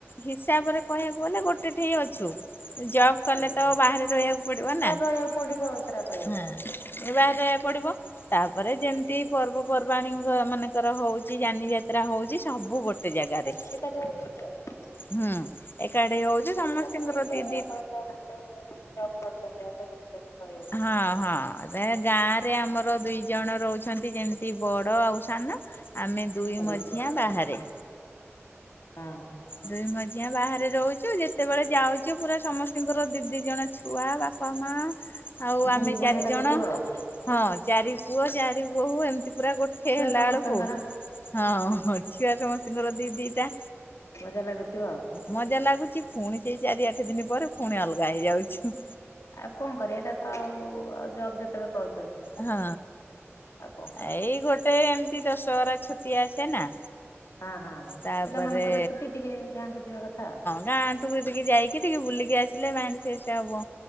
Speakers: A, on the left; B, on the left.
A: ହିସାବ ରେ କହିବାକୁ ଗଲେ ଗୋଟେ ଠି ଅଛୁ ଜବ କଲେ
B: ଆଜ୍ଞା
A: ତ ବାହାରେ ରହିବାକୁ ପଡିବ
B: ବାହାରେ
A: ନା।
B: ରହିବାକୁ
A: ହଁ
B: ପଡିବ ଆଉ ଏଥର କହିବାର ହଁ
A: ଏ ବାହାରେ ରହିବା ପଡ଼ିବ। ତାପରେ ଯେମିତି ପର୍ବପର୍ବାଣୀ ମାନଙ୍କର ହୋଉଚି ଯାନି ଯାତ୍ରା ହୋଉଚି ସବୁ ଗୋଟେ ଜାଗାରେ।
B: <unintelligible>
A: ହୁଁ ଏକାଠି ହୋଉଚୁ ସମସ୍ତଙ୍କର
B: ସେଇଟା ତ ଠିକ୍
A: ଦିଦି
B: <unintelligible> ଜବ୍ କରିଛନ୍ତି ଆଉ ତ ଗୋଟେ ରହିହବନି
A: ହଁ
B: ନା।
A: ହଁ ଗାଁ ରେ ଆମର ଦୁଇ ଜଣ ରହୁଛନ୍ତି ଯେମିତି ବଡ ଆଉ ସାନ ଆମେ ଦୁଇ
B: ଆଜ୍ଞା।
A: ମଝିଆ ବାହାରେ।
B: ହଁ।
A: ଦୁଇ ମଝିଆ ବାହାରେ ରହୁଛୁ ଯେତେବେଳେ ଯାଉଛୁ ପୁରା ସମସ୍ତଙ୍କର ଦି ଦି ଜଣ ଛୁ ଛୁଆ ବାପା ମା ଆଉ
B: ବହୁତ
A: ଆମେ
B: ବଢିଆ
A: ଚାରିଜଣ।
B: ଲାଗୁଥିବ ଆଉ।
A: ହଁ ଚାରି ପୁଅ ଚାରି ବୋହୂ ଏମିତି ପୁରା ଗୋଠେ
B: ଛୁଆ
A: ହେଲା
B: ସମସ୍ତଙ୍କର
A: ବେଳକୁୁ ହଁ ଛୁଆ ସମସ୍ତଙ୍କର ଦି ଦିଟା।
B: ମଜା ଲାଗୁଥିବ ଆଉ?
A: ମଜା ଲାଗୁଛି ପୁଣି ସେଇ ଚାରି ଆଠ ଦିନ ପରେ ପୁଣି ଅଲଗା ହେଇଯାଉଚୁ।
B: ଆଉ କଣ କରେ ଏଇଟା ତ ଆଉ ଆଉ ଜବ ଯେତେବେଳେ କରୁଛନ୍ତି?
A: ହଁ।
B: ଆଉ କଣ କରିବା।
A: ଏଇ ଗୋଟେ ଏମତି ଦଶହରା ଛୁଟି ଆସେ ନା
B: ହଁ ହଁ
A: ତାପରେ
B: ପିଲାମାନଙ୍କର ଛୁଟି ଟିକେ ଗାଁକୁ ଯିବା କଥା ଆଉ।
A: ଗାଁଠୁକୁ ଟିକେ ଯାଇକି ଟିକେ ବୁଲିକି ଆସିଲେ ମାଇଣ୍ଡ ଫ୍ରେଶ ହବ,